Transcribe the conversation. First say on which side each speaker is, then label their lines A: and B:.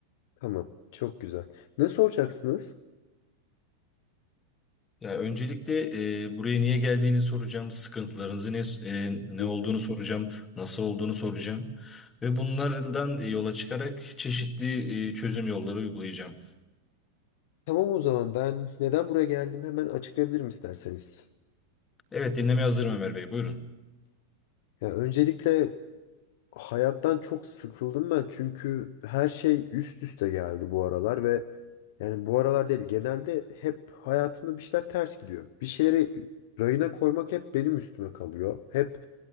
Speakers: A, on the left; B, on the left.
A: Tamam. Çok güzel. Ne soracaksınız?
B: Ya öncelikle e, buraya niye geldiğini soracağım, sıkıntılarınızı ne e, ne
A: Hı.
B: olduğunu soracağım, nasıl olduğunu soracağım ve bunlardan e, yola çıkarak çeşitli e, çözüm yolları uygulayacağım.
A: Tamam o zaman ben neden buraya geldim hemen açıklayabilirim isterseniz.
B: Evet, dinlemeye hazırım Ömer Bey, buyurun.
A: Ya öncelikle hayattan çok sıkıldım ben çünkü her şey üst üste geldi bu aralar ve yani bu aralar değil genelde hep hayatımda bir şeyler ters gidiyor. Bir şeyleri rayına koymak hep benim üstüme kalıyor. Hep